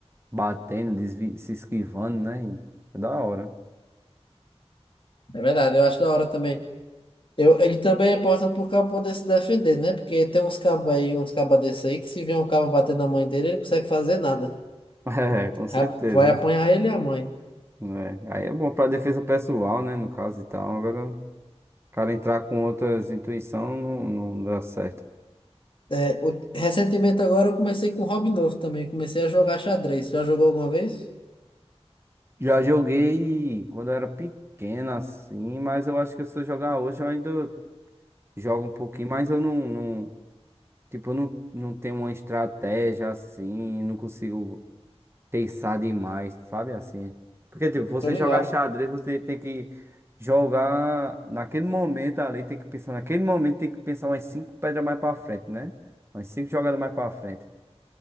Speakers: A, on the right; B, on the left.
A: batendo, desvi- se esquivando, né? E É da hora.
B: É verdade, eu acho da hora também. Eu, ele também é importante pro cabo poder se defender, né? Porque tem uns cabos aí, uns cabas desse aí, que se vier um cabo bater na mãe dele, ele não consegue fazer nada.
A: <laughs> É, com certeza.
B: Ra- Vai apanhar ele e a mãe.
A: É. Aí é bom pra defesa pessoal, né? No caso e tal. Agora, o cara entrar com outras intuições não, não dá certo.
B: É, o- recentemente agora eu comecei com um hobby novo também, comecei a jogar xadrez. Já jogou alguma vez?
A: Já joguei quando eu era pequeno, assim, mas eu acho que se eu jogar hoje, eu ainda jogo um pouquinho, mas eu não, não- tipo, eu não, não tenho uma estratégia assim, não consigo pensar demais, sabe assim? Porque, tipo, você
B: Tô ligado.
A: jogar xadrez, você tem que jogar naquele momento ali, tem que pensar naquele momento, tem que pensar umas cinco pedras mais pra frente, né? Umas cinco jogadas mais pra frente.